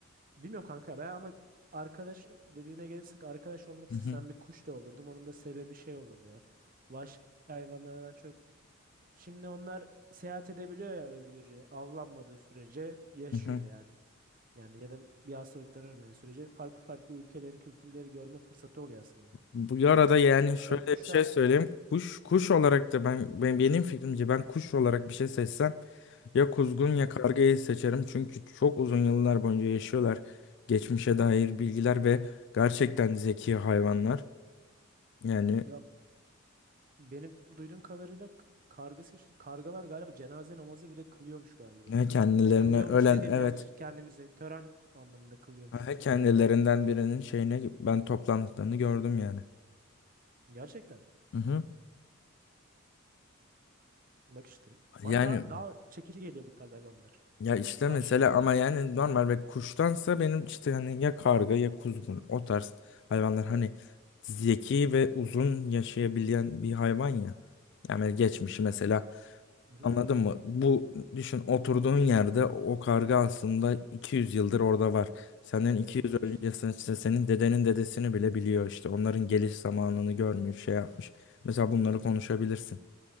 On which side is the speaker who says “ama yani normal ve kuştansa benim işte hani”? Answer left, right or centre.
Left